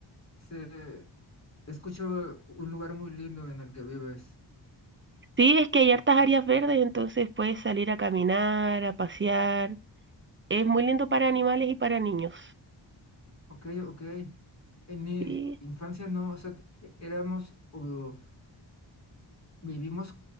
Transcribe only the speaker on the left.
Se, escucho un lugar muy lindo en el que vives.
Ok, ok. En mi
infancia no, o sea, éramos o Vivimos c-